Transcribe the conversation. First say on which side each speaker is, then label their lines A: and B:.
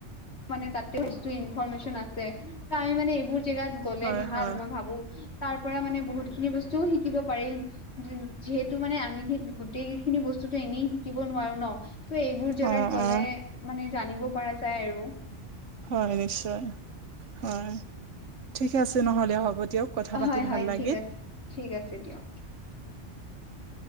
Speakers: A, on the left (about 65°); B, on the right (about 80°).
A: মানে তাতে ব্তু ইনফৰমেশচন আছে ত আমি মানে এইবোৰ জেগাত গ'লে
B: হয়
A: ভাল
B: হয়
A: মই ভাবো তাৰ পৰা মানে বহুত খিনি বস্তুও শিকিব পাৰি যিহেতু মানে আমি গোটেই খিনি বস্তুতো এনেই শিকিব নোৱাৰো ন ত' এইবোৰ জেগাত
B: অ
A: গ'লে
B: অ
A: মানে জানিব পৰা যায় আৰু
B: হয় নিশ্চয় হয় ঠিকে আছে নহলে হ'ব দিয়ক কথা পাতি
A: হয়
B: ভাল
A: হয়
B: লাগিল
A: ঠিক আছে ঠিক আছে দিয়ক